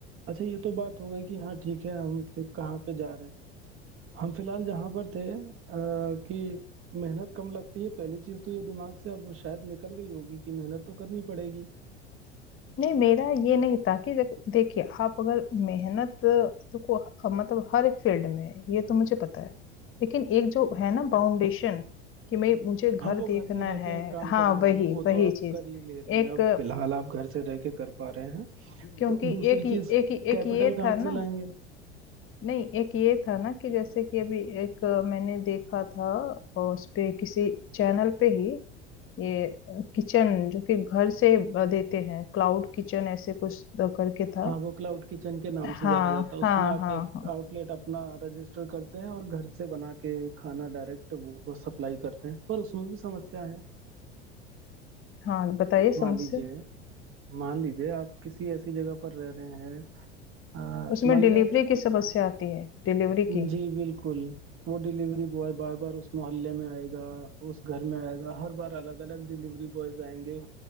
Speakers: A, on the right; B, on the left.
A: अच्छा ये तो बात हो गई कि हाँ ठीक है हम एक कहाँ पे जा रहे हैं हम फिलहाल जहाँ पर थे आ, कि मेहनत कम लगती है पहली चीज तो ये दिमाग से अब शायद निकल गई होगी कि मेहनत तो करनी पड़ेगी
B: नहीं मेरा ये नहीं था कि देख- देखिए आप अगर मेहनत देखो मतलब हर एक फील्ड में है ये तो मुझे पता है लेकिन एक जो है ना फाउंडेशन कि मैं मुझे घर
A: हाँ वो
B: देखना
A: घर से रह के
B: है
A: काम
B: हाँ
A: करने वाला
B: वही
A: वो
B: वही
A: तो आप
B: चीज
A: कर ही ले रहे
B: एक
A: हैं अब फिलहाल आप घर से रह के कर पा रहे हैं
B: क्योंकि
A: तो दूसरी
B: एक एक
A: चीज
B: एक
A: कैपिटल
B: ये
A: कहाँ
B: था ना
A: से लाएंगे
B: नहीं एक ये था ना कि जैसे कि अभी एक मैंने देखा था और उस पे किसी चैनल पे ही ये किचन जो कि घर से देते हैं क्लाउड किचन ऐसे कुछ करके था
A: हाँ वो क्लाउड किचन के नाम
B: हाँ
A: से जाना जाता है उसमें
B: हाँ
A: आप
B: हाँ
A: एक
B: हाँ
A: आउटलेट अपना रजिस्टर करते हैं और घर से बना के खाना डायरेक्ट वो, वो सप्लाई करते हैं पर उसमें भी समस्या है
B: हाँ बताइए समस्या
A: मान लीजिए मान लीजिए आप किसी ऐसी जगह पर रह रहे हैं अ,
B: उसमें
A: मान
B: डिलीवरी
A: लीजिए आप
B: की समस्या आती है डिलीवरी की
A: जी बिल्कुल वो डिलीवरी बॉय बार बार उस मोहल्ले में आएगा उस घर में आएगा हर बार अलग अलग डिलीवरी बॉयज आएंगे